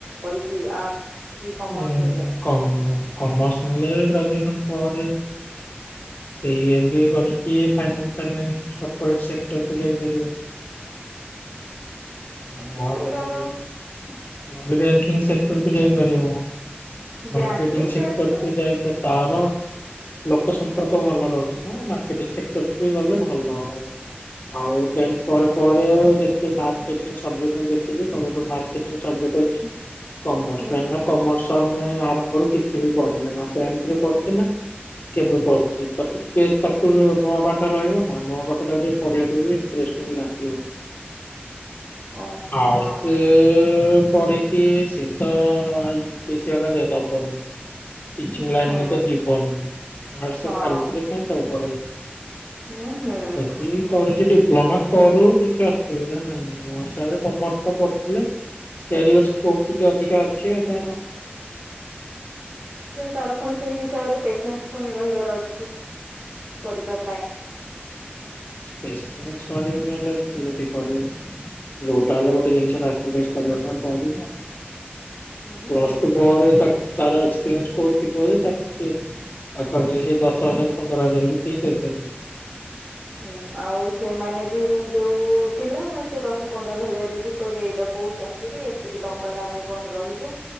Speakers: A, on the right; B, on the left.
A: କରିକି ଆର୍ଟସ କି କମର୍ସ
B: ଉଁ
A: ନେଲେ
B: କମର୍ସ କମସ୍ ନେଲେ ଗ୍ରାଜୁଏସନ ପରେ। ସେଇ ଏମ ବି ଏ କରିକି ଫାଇନ୍ ଫାଇନ୍ସ କର୍ପୋରେଟ ସେକ୍ଟର କୁ ଯାଇପାରିବଖ। ନହେଲେ
A: କିନ୍ତୁ ତାର
B: ନହଲେ ବ୍ୟାଙ୍କିଙ୍ଗ୍ ସେକ୍ଟର କୁ ଯାଇପାରିବ।
A: ବ୍ୟାଙ୍କିଙ୍ଗ
B: ମାର୍କେଟିଂ
A: ସେଟ
B: ସେକ୍ଟର
A: ତ
B: ଯାଇପ ତାର ଲୋକ ସମ୍ପର୍କ ଭଲ ରହୁଛି ନା ମକେଟିଙ୍ଗସେକ୍ଟରକୁ ଗଲେ ଭଲ ଆଉ ଆଉ ଟେନ୍ଥ ପରେ ପରେ ଯେତେ ମାର୍କ ସବଜେକ୍ଟ କୁ ଦେଖିକି ସବୁଠୁ ମାର୍କ ପେଚିଙ୍ଗି ସବଜେକ୍ଟ ଅଛି କମର୍ସ
A: ହୁଁ
B: କାହିଁକିନା
A: ହୁଁ
B: କମର୍ସ ଆମେ ଆରମ୍ଭରୁ କିଛି ବି ପଢିନେ ନା ଟେର୍ନନ୍ଥରେ ପଢିଛୁ ନା କେବେ ପଢିଛି ତ ଟିକେ ତାକୁ ନୂଆ ପାଠ ରହିବ ନା ନୂଆ ପାଠ ତାକୁ ଟିକେ ପଢିବାକୁ ବି ଇନଟ୍ରେଷ୍ଟ ଲାଗିିବ
A: ଓ
B: ଆର୍ଟସ
A: ହଁ
B: ପଢିକି କି ସେ ତ ଆଇ ବେଶୀ ଜାଗା ଦବନି ଟିଚିଂ
A: ହୁଁ
B: ଲାଇନରେ ତ ଯିବନି ଆର୍ଟସ
A: ହଁ
B: ଫାଲତୁରେ କାଇଁ ତାକୁ ପଢେଇବ
A: ହୁଁ ହୁଁ
B: ଯଦି କରିଛି ଡିପ୍ଲୋମା କରୁ କିଛି ଅସୁବିଧା ନାହିଁ ମୋ ହିସାବରେ କମର୍ସ ଟା କରିଥିଲେ କ୍ୟାରିଅର ସ୍କୋପ ଟିକେ ଅଧିକା ଅଛି ତାର
A: ତାର ପୁଣି ସେଇ ହିସାବରେ ପେସେନ୍ସ ପୁଣି ରହିବାର ଅଛି କରିବା ପାଇଁ
B: ପେସେନ୍ସ ନରହିଲେ କେମିତି କରିବ ଯଉଟା ହେଲେ ଗୋଟେ ଜିନିଷ ସାକ୍ରିଫାଇଜ କରିବା ପାଇଁ ପଡିବ
A: ହୁଁ
B: ପ୍ଲଷ୍ଟୁ
A: ହୁଁ।
B: ପରେ ତାର ଏକ୍ସପ୍ରିଏର୍ନସ କଉ ଥିବ ଯେ ତାକୁ କିଏ ପାଖାପାଖି ସେଇ ଦଶ ହଜାର ପନ୍ଦର ହଜାର ବି କେହି ଦେବେନି
A: ହୁଁ ଆଉ ସେମାନେ ବି ଯୋଉ ପିଲା ସେ ଦଶ ପନ୍ଦର ହଜାର ବି କହିବେ ଏଇଟା କୋଉ ଚାକି ରି ଏତିକି ଟଙ୍କାରେ ଆମେ କଣ ରହିବୁ